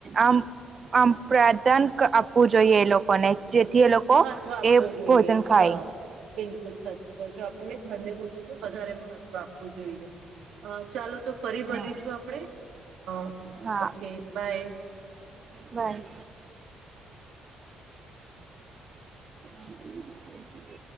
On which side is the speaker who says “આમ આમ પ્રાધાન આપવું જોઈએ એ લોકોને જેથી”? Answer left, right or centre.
Right